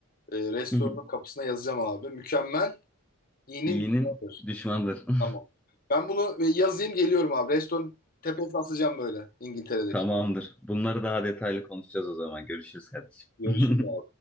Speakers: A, on the left (about 45°); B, in the centre.
A: E, restoranın
B: Hı hı.
A: kapısına yazacağım abi. Mükemmel. İyinin
B: İyinin
A: düşmanıdır.
B: düşmanıdır. <laughs>
A: Tamam. Ben bunu e, yazayım geliyorum abi. Restoran tepesine asacağım böyle İngiltere'deki.
B: Tamamdır. Bunları daha detaylı konuşacağız o zaman. Görüşürüz kardeşim.
A: Görüşürüz.
B: <laughs>